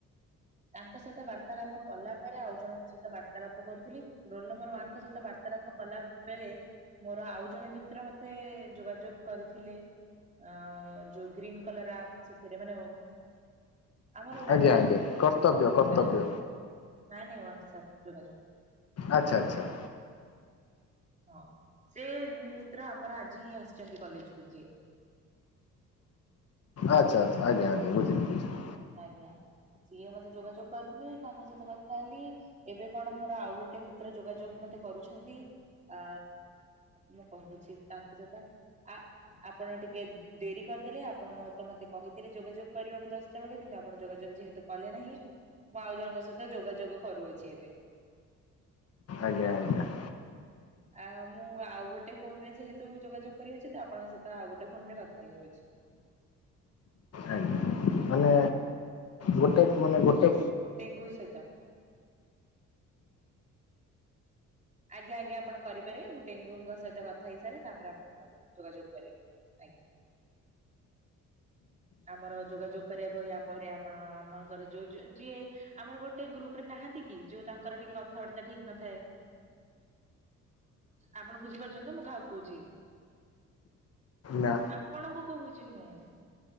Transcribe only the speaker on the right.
ତାଙ୍କ ସହିତ ବାର୍ତ୍ତାଳାପ କଲା ପରେ ଆଉ ଜଣଙ୍କ ସହିତ ବାର୍ ର୍ତାଳାପ କରୁଥିଲି ରୋଲ୍ ନମ୍ବର୍ ୱାନ୍ ସହିତ ବାର୍ତ୍ତାଳାପ କଲା ବେଳେ ମୋର ଆଉ ଜଣେ ମିତ୍ର ମତେ ଯୋଗାଯୋଗ୍ କରିଥିଲେ। ଅ ଯୋଉ ଗ୍ରୀନ୍ କଲ୍ର ଆପ୍ ସେଥିରେ ମାନେ ଆମର ୱାଟ୍ସପ୍
ଯୋଉ କୁହନ୍ତି
ତାକୁ ନାଇଁ ନାଇଁ ୱାଟ୍ସପ୍ ଯୋଗାଯୋଗ୍।
ହଁ ସେ ମିତ୍ର ଆମର ଆଜି ହିଁ ଆସ୍ଚନ୍ତି କଲେଜ୍କୁ ଯିଏ।
ଆଜ୍ଞା ସିଏ ମତେ ଯୋଗାଯୋଗ୍ କରିଥିଲେ ତାଙ୍କ ସହିତ କ ଲି ଏବେ କଣ ମୋର ଆଉ ଗୋଟେ ମିତ୍ର ଯୋଗାଯୋଗ୍ ମତେ କରୁଛନ୍ତି। ଆ ମୁଁ କହୁଛି ତାଙ୍କୁ ସହିତ ଆ ଆପଣ ଟିକେ ଡେରି କର୍ଦେଲେ ଆପଣ ତ ମତେ କହିଥିଲେ ଯୋଗାଯୋଗ କରିବାକୁ ଦସ୍ ଚ ଉଡେ କିନ୍ତୁ ଆପଣ ଯୋଗାଯୋଗ ଯେହେତୁ କଲେ ନାହିଁ ମୁଁ ଆଉ ଜଣଙ୍କ ସହିତ ଯୋଗାଯୋଗ କରୁଅଛି ଏବେ।
ଆ ମୁଁ ଆଉ ଗୋଟେ ଫୋନ ରେ ଯେହେତୁ ଯୋଗାଯୋଗ କରିଅଛି ତ ଆପଣଙ୍କ ସହିତ ଆଉ ଗୋଟେ ଫୋନ ରେ କଥା ହେଇଯାଉଛି।
ଗୁ ସହିତ ଆଜ୍ଞା ଆଜ୍ଞା ଆପଣ କରିପାରିବ ମୁଁ ଡେଙ୍ଗୁଙ୍କ ସହିତ କଥା ହେଇସାରାରେ ତାପରେ ଆପଣ ଯୋଗାଯୋଗ କରିବେ। ଆଜ୍ଞା। ଆମର ଯୋଗାଯୋଗ କରିବାକୁ ୟା ପରେ ଆପଣ ଆମଙ୍କର ଯୋଉ ଯିଏ ଆମର ଗୋଟେ ଗ୍ରୁପ୍ ରେ ନାହାନ୍ତି କି ଯୋଉ ତାଙ୍କର ଟିକେ କଥାବାର୍ତ୍ତା ଠିକ୍ ନଥାଏ। ଆପଣ ବୁଝିପାରୁଛନ୍ତି ମୁଁ କାହାକୁ କହୁଚି?
ଆପଣଙ୍କୁ କହୁଚି ମୁଁ।